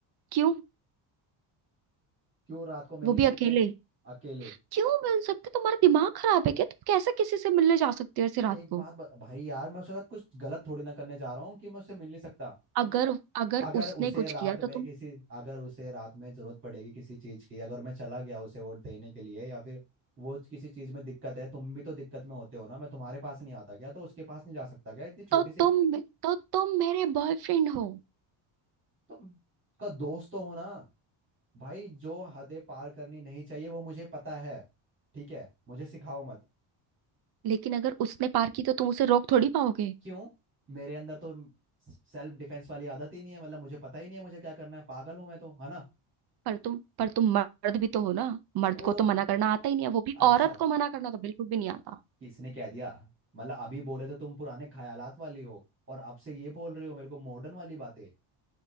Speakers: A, on the right; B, on the right.
A: क्यों
B: क्यों रात को मिल
A: वो
B: नहीं
A: भी
B: सकते
A: अकेले
B: अकेले
A: क्यों मिल सकते तुम्हारा दिमाग खराब है क्या तुम कैसे किसी से मिलने जा सकते हो ऐसे रात
B: एक
A: को
B: बात ब- भाई यार मैं उसके साथ कुछ गलत थोड़ी ना करने जा रहा हूँ कि मैं उससे मिल नहीं सकता
A: अगर अगर
B: अगर
A: उसने
B: उसे
A: कुछ
B: रात
A: किया तो
B: में
A: तुम
B: किसी अगर उसे रात में जरूरत पड़ेगी किसी चीज की अगर मैं चला गया उसे वोट देने के लिए या फिर वो किसी चीज में दिक्कत है तुम भी तो दिक्कत में होते हो ना मैं तुम्हारे पास नहीं आता क्या तो उसके पास नहीं जा सकता क्या इतनी छोटी
A: तो
B: सी
A: तुम तो तुम मेरे बॉयफ्रेंड हो
B: तो उसका दोस्त तो हो ना भाई जो हदें पार करनी नहीं चाहिए वो मुझे पता है ठीक है मुझे सिखाओ मत
A: लेकिन अगर उसने पार की तो तुम उसे रोक थोड़ी पाओगे
B: क्यों मेरे अंदर तो सेल्फ डिफेंस वाली आदत ही नहीं है मतलब मुझे पता ही नहीं है मुझे क्या करना है पागल हूं मैं तो है ना
A: पर तुम पर तुम मर्द भी तो हो ना मर्द
B: ओह
A: को तो मना करना आता ही नहीं है वो भी
B: अच्छा
A: औरत को मना करना तो बिल्कुल भी नहीं आता
B: किसने कह दिया मतलब अभी बोले तो तुम पुराने ख्यालात वाली हो और अब से ये बोल रहे हो मेरे को मॉडर्न वाली बातें